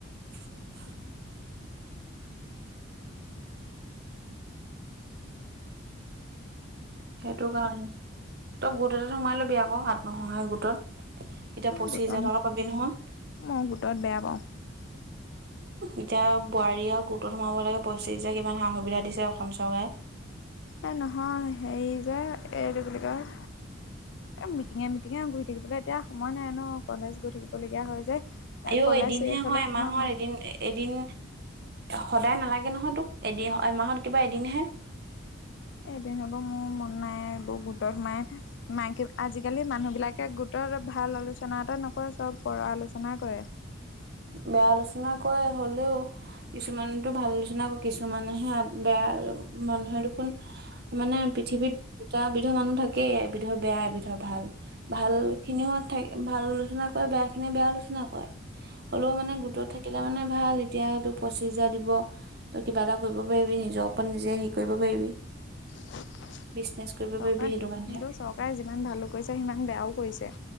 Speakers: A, on the right (about 50°); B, on the left (about 60°).
A: হয় সেইটো কাৰণে তই গোট এটাত সোমাই লবি আকৌ আাত আত্ম সহায়ক গোটত এতিয়া পঁচিশ
B: গোটত
A: হোজাৰ টকা পাবি নহয়
B: মই গোটত বেয়া <inaudible>
A: এতিয়া বোৱাৰী আৰু গোটত সোমাব লাগে পঁচিছ হাজাৰ কিমান সা সুবিধা দিছে অসম চৰকাৰে
B: এই নহয় হেৰি যে এইটো বুলি কয় মিটিঙে মিটিঙে ঘুৰি থাকিবলৈ এতিয়া সময় নাই ন কলেজ গৈ থাকিবলগীয়া হয় যে এ
A: আও
B: কলেজ
A: এদিনহে
B: শেষ হ'লে
A: হয়
B: সোমাম
A: এমাহৰ
B: আৰু
A: এদিন এদিন সদায় নালাগে নহয় তোক এদিন এমাহত কিবা এদিনহে
B: এদিন হতো মোৰ মন নাই ব গোটত সোমাই মাইক আজিকালি মানুহবিলাক গোটৰ ভাল আলোচনা এটা নকৰে চব পৰ আলোচনাাই কৰে
A: বেয়া আলোচনা কৰে হলেও কিছুমানতো ভাল নিচিনা আকৌ কিছুমানেহে বেয়া মানুহে দেখোন মানে পৃথিৱীত দুটা বিধৰ মানুহ থাকেই এবিধৰ বেয়া এবিধ ভাল ভাল খিনিও থাকে ভাল আলোচনা কৰে বেয়া খিনিয়ে বেয়া আলোচনা কৰে হ'লেও মানে গোটত থাকিলে মানে ভাল এতিয়াটো পঁচিছ হাজাৰ দিব তই কিবা এটা কৰিব পাৰিবি নিজৰ ওপৰত নিজে হেৰি কৰিব পাৰিবি
B: চৰকাৰেতো
A: বিজনেচ কৰিব পাৰিবি সেইটো কাৰণে
B: চৰকাৰে যিমান ভালো কৰিছে সিমান বেয়াও কৰিছে